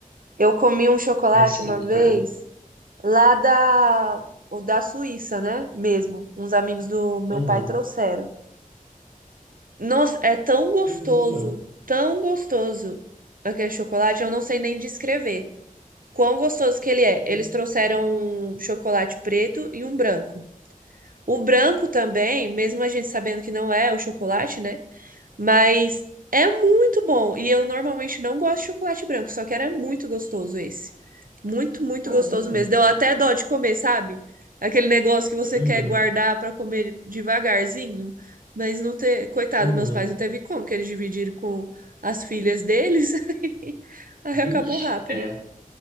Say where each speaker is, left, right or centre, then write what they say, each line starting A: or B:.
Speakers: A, on the right (about 70°); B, on the right (about 80°).
A: Eu comi um chocolate
B: é assim,
A: uma
B: cara.
A: vez lá da, o da Suíça, né? Mesmo. Uns amigos do meu
B: Uhum.
A: pai trouxeram. Nossa, é tão gostoso,
B: Caramba.
A: tão gostoso aquele chocolate. Eu não sei nem descrever quão gostoso que ele é.
B: Hum,
A: Eles trouxeram um chocolate preto e um branco. O branco também, mesmo a gente sabendo que não é o chocolate, né? Mas é muito bom. E eu normalmente não gosto de chocolate branco, só que era muito gostoso esse. Muito, muito
B: Caramba.
A: gostoso mesmo. Deu até dó de comer, sabe? Aquele negócio que você
B: Uhum.
A: quer guardar pra comer devagarzinho, mas não ter. Coitado,
B: Uhum.
A: meus pais não teve como, que eles dividiram com as filhas deles. <laughs> Aí
B: Vixe,
A: acabou rápido.
B: é.